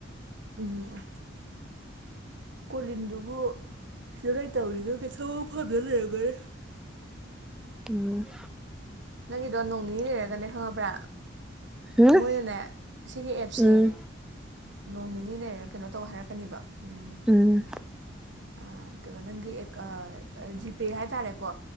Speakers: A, on the right (about 65°); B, in the centre.
A: ꯎꯝ꯫ ꯀꯣꯂꯤꯟꯗꯨꯕꯨ ꯁꯤꯗ ꯀꯩꯇꯧꯔꯤꯔꯣ ꯊꯕꯛ ꯐꯪꯗ ꯂꯩꯔꯝꯒꯅꯤ꯫
B: ꯎꯝ꯫
A: ꯅꯪꯒꯤꯗꯣ ꯅꯣꯡꯅꯤꯅꯤ ꯂꯩꯔꯒꯅꯦ ꯈꯪꯉꯕ꯭ꯔꯥ꯫
B: ꯍꯨꯝ
A: ꯃꯣꯏꯅꯅꯦ ꯁꯤꯒꯤ ꯑꯦꯞꯁꯦ꯫
B: ꯎꯝ
A: ꯅꯣꯡ ꯅꯤꯅꯤ ꯂꯩꯔꯒ ꯀꯩꯅꯣ ꯇꯧ ꯍꯥꯏꯔꯛꯀꯅꯦꯕ ꯎꯝ꯫
B: ꯎꯝ꯫
A: ꯑ ꯀꯩꯩꯕ ꯅꯪꯒꯤ ꯑꯦꯛꯀ ꯑ ꯖꯤꯄꯦ ꯍꯥꯏꯇꯥꯔꯦꯀꯣ꯫